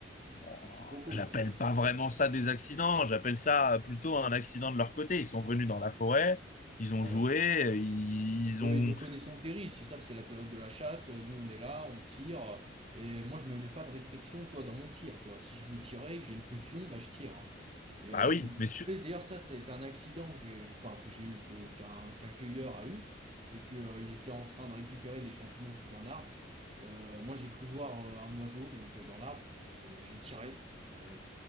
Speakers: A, on the left (about 45°); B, on the right (about 35°).
A: Bon,
B: des quiproquos,
A: j'appelle pas vraiment ça des accidents, j'appelle ça plutôt un accident de leur côté. Ils sont venus dans la forêt, ils ont
B: quoi.
A: joué, ils
B: Oui,
A: ont...
B: ils ont connaissance des risques. Ils savent que c'est la période de la chasse. euh, Nous, on est là, on tire. euh, Et moi, je me mets pas de restriction, tu vois, dans mon tir. Tu vois, si je veux tirer, et que j'ai une pulsion, bah, je tire. hein. Et, euh,
A: Bah
B: c'est-
A: oui, messieurs,
B: et d'ailleurs, ça, c'est c'est un accident que j'ai, enfin, que j'ai eu, que, qu'un, qu'un cueilleur a eu. C'est que, euh, il était en train de récupérer des champignons sous un arbre. Euh, moi, j'ai cru voir euh, un oiseau, donc, euh, dans l'arbre. Euh, j'ai tiré. Euh,